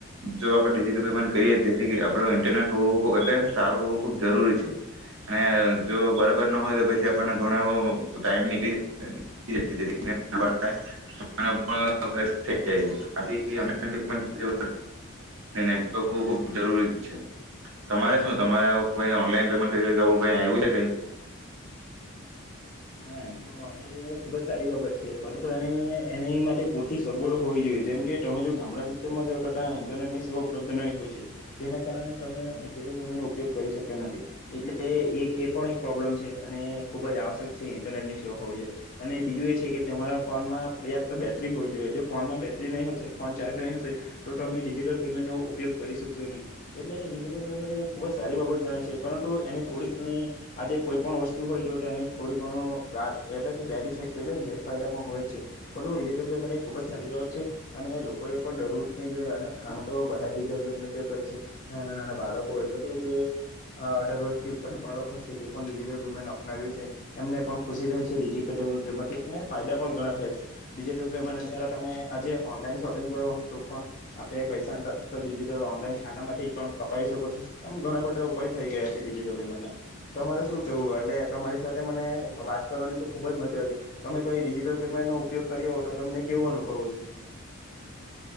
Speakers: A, on the right; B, on the left.
A: જો આપણે ડિજિટલ પેમેન્ટ કરીએ તેથી આપડ ઇન્ટરનેટ હોવું એટલે સારું હોવું ખૂબ જરૂરી છે. અને જો બરાબર ન હોય તો પછી આપણને ઘણો એવો ટાઈમ નીકળી જ જથીમા પણ ખર્ચ થઈ જાય છે આથી નેટવર્ક હોવું ખૂબ જરૂરી છે તમારે શું તમારે આવું કઈ ઓનલાઈન પેમેન્ટ કરી કઈ આવ્યું છે કઈ
B: હા એમ તો અ ખૂબ જ સારી બાબત છે પરંતુ એને એની માટે પૂરતી સગવડો હોવી જોઈએ જેમ કે તમે જો ગામડા વિસ્તારમાં જો ટા ઇન્ટરનેટની સેવા ઉપલબ્ધ નહીં હોય છે જેના કારણે તમે ડિજિટલ પેમેન્ટનો ઉપયોગ કરી શક્યા નથી એટલે એક એ પણ એક પ્રોબ્લમ છે અને ખૂબ જ આવશ્યક છે ઇન્ટરનેટ ની સેવા હોવી જોઈએ અને બીજું એ છે કે તમારા ફોનમાં પર્યાપ્ત બેટરી હોવી જોઈએ જો ફોનમાં બેટરી નહીં હશે ફોન ચાર્જ નહીં હશે તો તમે ડિજિટલ પેમેન્ટનો ઉપયોગ કરી શકશો નહીં એટલે ડિજિટલ પેમેન્ટ એ ખૂબ જ સારી બાબત ગણે છે પરંતુ એની થોડી ઘણી આજે કોઈ પણ વસ્તુ હોય તો તેની થોડી ઘણું એટલે કે બેડ ઇફેક્ટ એટલે ગેરફાયદા પણ હોય જ છે પણ ડિજટલ પેમેન્ટ એ ખુબ જ સારી બાબત છે અને લોકો એ પણ ડરવું નહી જોઈે અને આમે તો બધા ડિજટલ પમેન્ટ ઉપયોગ કરે છે નાના નાના બાળકો એટલે કે જે અઢાર વર્ષથી ઉપરના બાળકો તે પણ ડિજિટલ પેમેન્ટ અપનાવ્યું છે. એમને પણ ખુશી થાય છે ડિજિટેબલ પેમેન્ટથી અને ફાયદા પણ ઘણા થયા છે ડિજિટલ પેમેન્ટ દ્વારા તમે આજે ઓનલાઈન શોપિંગ કરો તો પણ આપણે પૈસાનું ટ્રાન્સફર ડિજિટલ ઓનલાઈન ખાતામાંથી જ પણ કપાવી શકો છો એમ ઘણા બધા ઉપાય થઈ ગયા છે ડિજિટલ પેમેન્ટના તમારે શું કેવું એટલે તમારી સાથે મને વાત કરવાની તો ખુબ જ મજા આવી તમે કોઈ ડિજિટલ પેમેન્ટ નો ઉપયોગ કર્યો હો તો તમને કેવો અનુભવ આવ